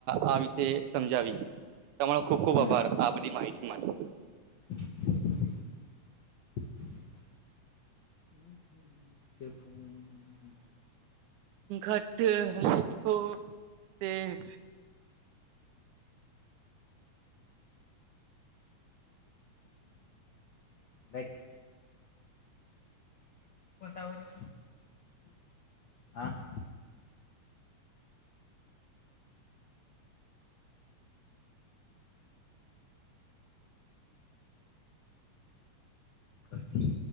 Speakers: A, on the right; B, on the left.
A: આ વિશે સમજાવીશ તમારો ખુબ ખુબ
B: હમ
A: આભાર આ બધી માહિતી માટે
B: હ હ કેપ <inaudible>
A: ઘટ ઓ તેજ
B: ર આવ જો હા <unintelligible> <inaudible> આઇ થિંક